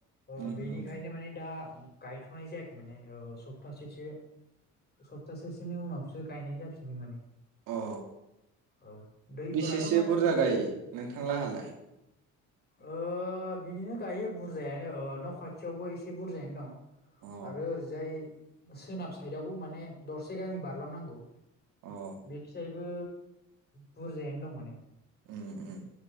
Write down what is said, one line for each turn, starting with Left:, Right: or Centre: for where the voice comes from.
Left: अ
Right: उम
Left: बेनिखायनो
Right: उम
Left: माने दा, गायथ'नाय जायाखै माने सप्तासेसो सप्तासेसोनि उनावसो गायनाय जाफिनगोन माने,
Right: अ
Left: औ दैफोराथ'
Right: बेसेसो
Left: माने
Right: बुरजा
Left: जोंनिखै
Right: गायो नोंथां लोंहालाय,
Left: ओ बिदिनो गायो बुरजायानो न' खाथियावबो एसे बुरजायानो दं।
Right: अ
Left: आरो ओरैजाय सोनाब साइदावबो माने दरसे गामि बारलांनांगौ,
Right: अ
Left: बेखिजायबो, बुरजायानो दं माने,
Right: उम उम